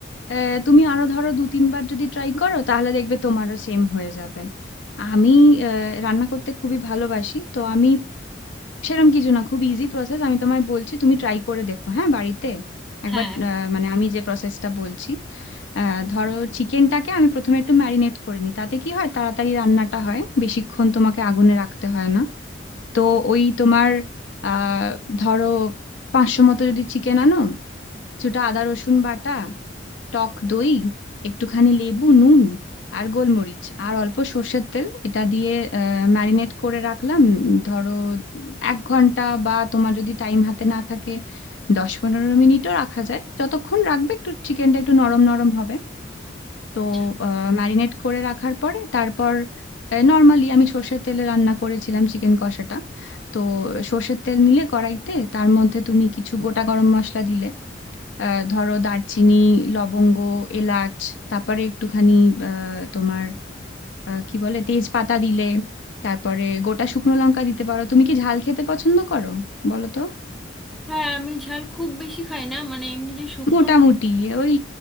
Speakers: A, on the left; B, in the centre.
A: আহ, তুমি আরো ধরো দু তিনবার যদি ট্রাই করো তাহলে দেখবে তোমারও সেম হয়ে যাবে আমি আহ, রান্না করতে খুবই ভালোবাসি তো আমি সেরকম কিছু না খুব ইজি প্রসেস আমি তোমায় বলছি তুমি ট্রাই করে দেখো হ্যাঁ বাড়িতে একবার
B: হ্যাঁ
A: আহ, মানে আমি যে প্রসেসটা বলছি আহ, ধরো চিকেনটাকে আমি প্রথমে একটু ম্যারিনেট করে নিই তাতে কি হয় তাড়াতাড়ি রান্নাটা হয় বেশিক্ষণ তোমাকে আগুনে রাখতে হয় না তো ওই তোমার আহ ধরো পাঁচশো মতো যদি চিকেন আনো কিছুটা আদা রসুন বাটা টক দই একটুখানি লেবু নুন আর গোলমরিচ আর অল্প সর্ষের তেল এটা দিয়ে ম্যারিনেট করে রাখলাম উম, ধরো এক ঘন্টা বা তোমার যদি টাইম হাতে না থাকে দশ পনেরো মিনিটও রাখা যায় যতক্ষণ রাখবে একটু চিকেনটা একটু নরম নরম হবে তো
B: আচ্ছা
A: ম্যারিনেট করে রাখার পরে তারপর নর্মালি আমি সর্ষের তেলে রান্না করেছিলাম চিকেন কষাটা তো সর্ষের তেল নিলে কড়াইতে তার মধ্যে তুমি কিছু গোটা গরম মশলা দিলে আহ, ধরো দারচিনি লবঙ্গ এলাচ তারপরে একটুখানি আহ, তোমার আহ, কি বলে তেজপাতা দিলে তারপরে গোটা শুকনো লঙ্কা দিতে পারো তুমি কি ঝাল খেতে পছন্দ করো বলো তো
B: হ্যাঁ আমি ঝাল খুব বেশি খাই না মানে এমনি যে শুকনো
A: মোটামুটি
B: না,
A: ওই